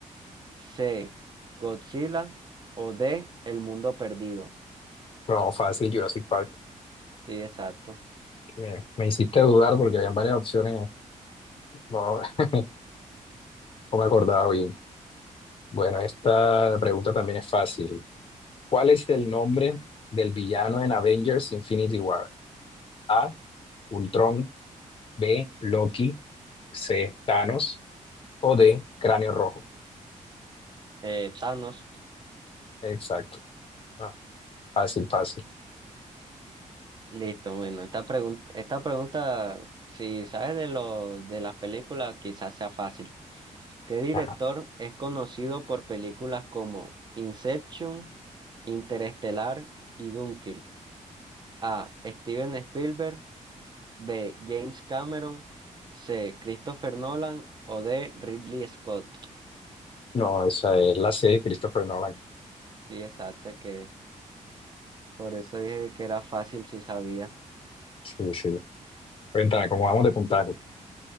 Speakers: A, on the right; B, on the left.
A: C. Godzilla o D. El Mundo Perdido.
B: No, fácil, Jurassic Park.
A: Sí, exacto.
B: Eh, me hiciste dudar porque habían varias opciones. No, <laughs> no me acordaba bien. Bueno, esta pregunta también es fácil. ¿Cuál es el nombre del villano en Avengers Infinity War? A. Ultron, B, Loki, C, Thanos o D, Cráneo Rojo.
A: Eh, Thanos.
B: Exacto. Ah, fácil, fácil.
A: Listo, bueno, esta pregunta, esta pregunta, si sabes de lo de las películas, quizás sea fácil. ¿Qué director
B: Ajá.
A: es conocido por películas como Inception, Interestelar y Dunkirk? A. Steven Spielberg, B. James Cameron, C. Christopher Nolan o D. Ridley Scott.
B: No, esa es la C, Christopher Nolan.
A: Sí, exacto, que por eso dije que era fácil si sabía.
B: Sí, sí. Cuéntame, ¿cómo vamos de puntaje?